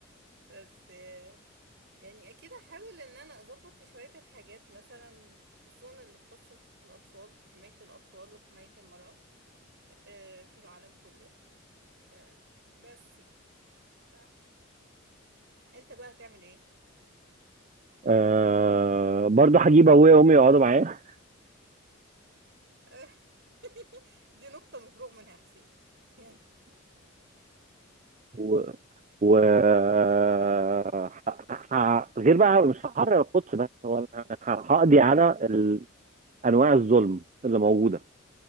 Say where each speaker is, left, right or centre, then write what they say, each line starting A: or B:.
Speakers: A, on the right; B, on the right.
A: بس آه، يعني اكيد هحاول ان انا اظبط شوية الحاجات مثلا خصوصا اللي تخص الاطفال حماية الاطفال وحماية المرأة آه، في العالم كله آه، بس يعني ف انت بقى هتعمل ايه
B: آه برضه هجيب ابويا وامي يقعدوا معايا
A: <laughs> دي نقطة مفروغ منها يا حسين <laughs> يعني
B: و و آه، ه- ه- غير بقى مش هحرر القدس بس هو أنا ه- هقضي على ال- انواع الظلم اللي موجوده